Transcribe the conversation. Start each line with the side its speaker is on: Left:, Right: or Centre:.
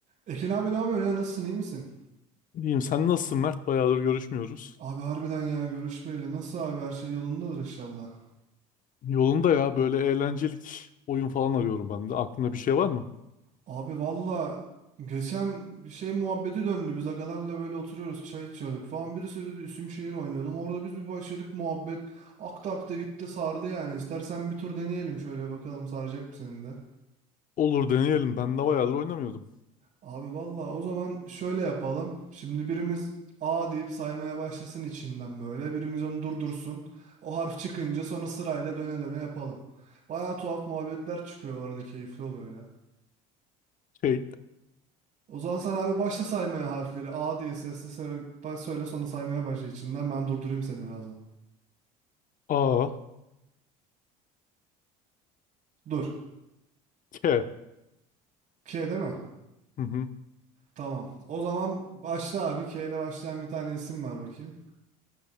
Right: Ekin abi ne yapıyorsun ya nasılsın iyi misin?
Left: İyiyim sen nasılsın Mert? Bayağıdır görüşmüyoruz.
Right: Abi harbiden ya görüşmeyeli nasıl abi her şey yolundadır inşallah.
Left: Yolunda ya böyle eğlencelik oyun falan arıyorum ben de. Aklında bir şey var mı?
Right: Abi valla geçen bir şey muhabbeti döndü biz agalarla böyle oturuyoruz çay içiyorduk falan birisi dedi isim şehir oynayalım orada biz bir başladık muhabbet akta akta gitti sardı yani istersen bir tur deneyelim şöyle bir bakalım saracak mı seni de.
Left: Olur deneyelim. Ben de bayağıdır oynamıyordum.
Right: Abi valla o zaman şöyle yapalım. Şimdi birimiz A deyip saymaya başlasın içinden böyle. Birimiz onu durdursun. O harf çıkınca sonra sırayla döne döne yapalım. Baya tuhaf muhabbetler çıkıyor bu arada keyifli oluyor ya.
Left: Şey
Right: O zaman sen abi başla saymaya harfleri. A diye sesli söyle, baş- söyle sonra saymaya başla içinden. Ben durdurayım seni birazdan.
Left: A
Right: Dur.
Left: K
Right: K değil mi?
Left: hı hı.
Right: Tamam. O zaman başla abi. K ile başlayan bir tane isim ver bakayım.